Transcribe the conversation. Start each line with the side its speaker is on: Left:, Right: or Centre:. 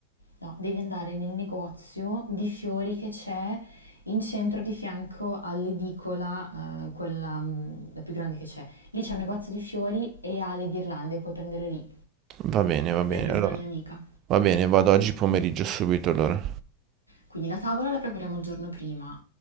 Left: No, devi andare nel negozio di fiori che c'è in centro di fianco all'edicola, eh, quella mm, la più grande che c'è. Lì c'è un negozio di fiori e ha le ghirlande, puoi prenderle lì.
Right: Va bene, va bene,
Left: Le ha prese
Right: allora,
Left: una mia amica.
Right: va bene, vado oggi pomeriggio subito allora.
Left: Quindi la tavola la prepariamo il giorno prima.